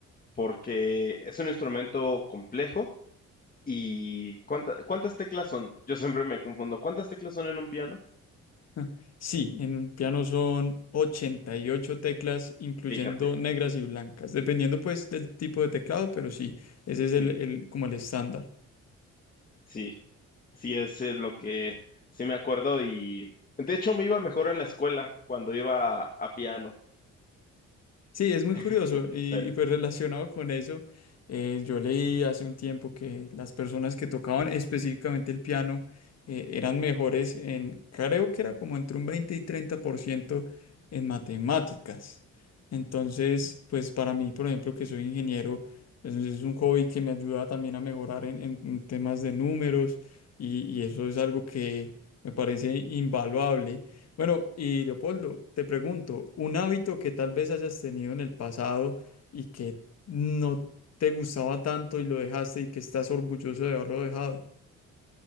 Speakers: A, on the left; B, on the left.
A: porque es un instrumento complejo. ¿Y cuánta- cuántas teclas son? Yo siempre me confundo. ¿Cuántas teclas son en un piano?
B: <laughs> Ah, Sí, en un piano son 88 teclas, incluyendo
A: Fíjate,
B: negras y blancas, dependiendo pues del tipo de teclado, pero sí, ese es el,
A: sí,
B: el- como el estándar.
A: sí. Sí, es en lo que sí me acuerdo y de hecho me iba mejor en la escuela cuando iba a, a piano.
B: Sí, es muy
A: <laughs>
B: curioso y,
A: Pero,
B: y, pues relacionado con eso, eh, yo leí hace un tiempo que las personas que tocaban específicamente el piano eh, eran mejores en, creo que era como entre un 20 y 30% en matemáticas. Entonces, pues para mí, por ejemplo, que soy ingeniero, pues, es un hobby que me ayuda también a mejorar en, en- en temas de números y, y eso es algo que me parece invaluable. Bueno, y Leopoldo, te pregunto, un hábito que tal vez hayas tenido en el pasado y que no te gustaba tanto y lo dejaste y que estás orgulloso de haberlo dejado.